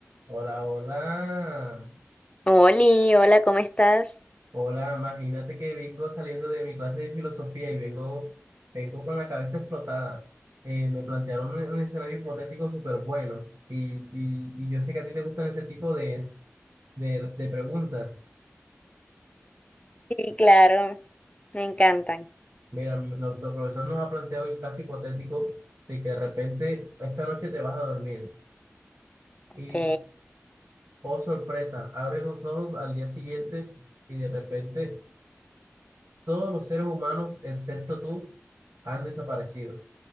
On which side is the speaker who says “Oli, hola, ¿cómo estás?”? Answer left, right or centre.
Left